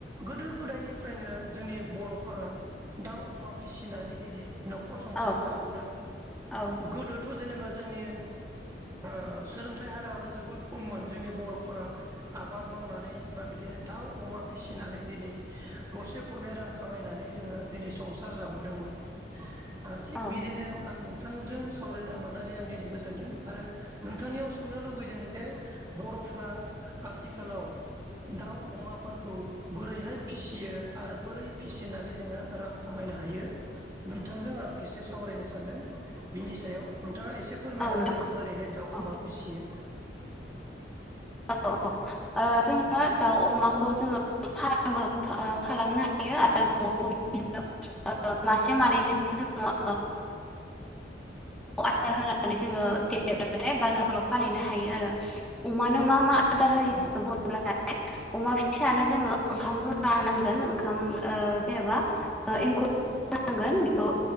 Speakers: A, on the right (about 20°); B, in the centre.
A: गोदो गोदायनिफ्रायनो जोंनि बर'फोरा दाउ अमा फिसिनानै दिनै न'खर संसार
B: औ
A: दाबोदों
B: औ
A: गोदोथ' जेनेबा जोंनि ओ सोलोंथाइ हाराबो जोबोद खममोन जोंनि बर'फ्रा आबाद मावनानै बा बिदिनो दाउ अमा फिसिनानै दिनै गरसे गरनै रां खामायनानै जोङो दिनै संसार जाबोदोंमोन। दा थिग
B: औ
A: बिदिनो आं नों नोंथांजों सावरायना मोननानै आं दिनै गोजोनदों आरो नोंथांनियाव सोंनो लुबैदों जे बर'फ्रा आथिखालाव दाउ अमाफोरखौ बोरैहाय फिसियो आरो बोरै फिसिनानै जोङो रां खामायनो हायो नोंथांजों आं एसे सावरायनो सानदों बिनि सायाव नोंथाङा एसे से फोरमायना होदो
B: नोंथां
A: बोरैहाय दाउ
B: औ
A: अमा फिसियो।
B: औ औ ओ जोङो दाउ अमाखौ जोङो फारामबो ओ खालामनो हाथों आरो न'आवबो <unintelligible> मासे मानै जे‌ जोङो <unintelligible> आधार होना नै जोङो देरबाथाइ बाजारफोराव फानहैनो हाथों आरो अमानो मा मा आदार होयो
A: औ
B: <unintelligible> अमा फिसानो जोङो ओंखाम रुना होनांगोन ओंखाम ओ जेनेबा ओ एंखुर होनांगोन बेखौ